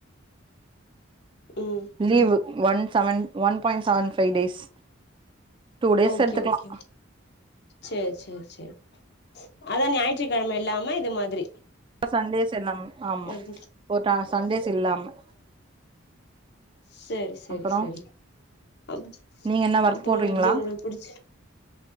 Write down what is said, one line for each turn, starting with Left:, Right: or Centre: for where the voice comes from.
Left: ம்
Right: leave one seven one point seven five days two days
Left: okay
Right: எடுத்துக்கலா
Left: ஓகே செர் செர் செர் அதா ஞாயிற்றுக்கெழம இல்லாம இது மாதிரி
Right: சண்டேஸ் இல்ல ஆமா
Left: எடுத்துக்கலா
Right: போட்ட சண்டேஸ் இல்லாம
Left: செரி செரி
Right: அப்புறோ
Left: செரி <unintelligible>
Right: நீங்க என்ன ஒர்க்
Left: அப்பறோ
Right: போடுறீங்களா
Left: எப்டி உங்களுக்கு புடிச்சு